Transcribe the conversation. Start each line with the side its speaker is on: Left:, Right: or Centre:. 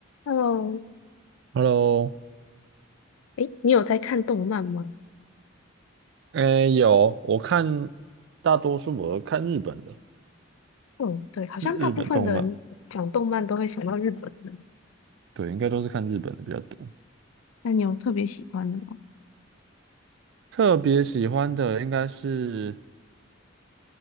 Left: Hello，
Right: Hello，
Left: 诶，你有在看动漫吗？
Right: 哎，有，我看大多数我都看日本的，
Left: 嗯，对，好像大部分的人讲动漫都会想到日本人。
Right: 日日本动漫，对，应该都是看日本的比较多。
Left: 那你有特别喜欢的吗？
Right: 特别喜欢的应该是，